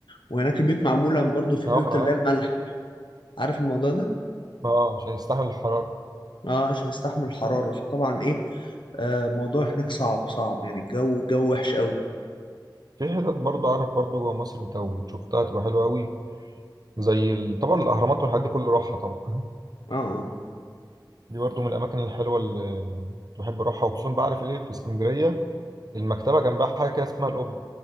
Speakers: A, on the left; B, on the right.
A: وهناك البيوت معمولة برضه في
B: يا
A: بيوت
B: عم عام
A: اللي هي الملح عارف الموضوع ده؟
B: أه عشان يستحمل الحرارة
A: اه عشان يستحمل الحرارة فطبعا ايه آه الموضوع هناك صعب صعب يعني الجو جو وحش قوي
B: في حتت برضه أعرف برضه جوه مصر أنت وشفتها تبقى حلوة أوي زي ال... طبعا الأهرامات والحاجات دي كله راحة طبعا <laughs>
A: اه اه
B: دي برضه من الأماكن الحلوة اللي كنت بحب أروحها وخصوصا بعرف إيه في اسكندرية المكتبة جنبها حاجة كده اسمها القبة